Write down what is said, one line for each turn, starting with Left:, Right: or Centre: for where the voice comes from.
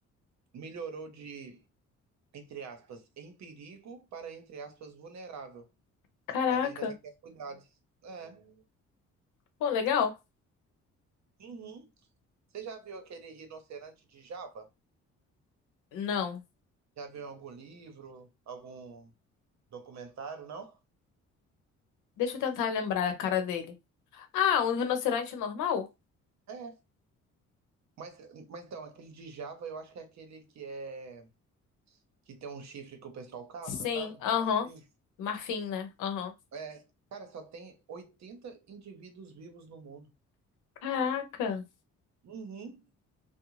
Right: melhorou de, entre aspas, em perigo para, entre aspas, vulnerável.
Left: caraca.
Right: Mas ainda requer cuidados. É.
Left: Pô, legal?
Right: Uhum. Você já viu aquele rinoceronte de Java?
Left: Não.
Right: Já viu em algum livro, algum documentário, não?
Left: Deixa eu tentar lembrar a cara dele. Ah, um rinoceronte normal?
Right: É, mas, mas então, aquele de Java eu acho que é aquele que é que tem um chifre que o pessoal caça,
Left: Sim,
Right: sabe?
Left: aham.
Right: De marfim.
Left: Marfim, né? Aham.
Right: É, cara, só tem 80 indivíduos vivos no mundo.
Left: Caraca.
Right: Uhum.